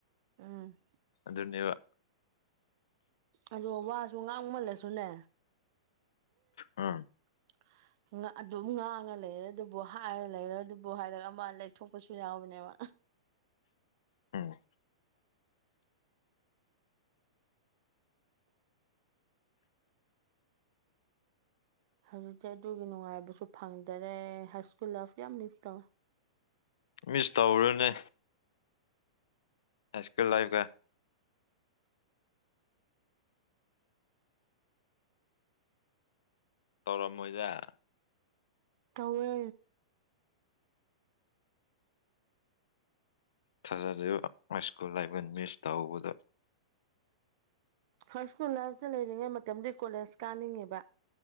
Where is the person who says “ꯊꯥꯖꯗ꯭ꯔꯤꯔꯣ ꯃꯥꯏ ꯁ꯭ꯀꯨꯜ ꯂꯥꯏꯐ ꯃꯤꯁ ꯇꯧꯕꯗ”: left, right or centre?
Left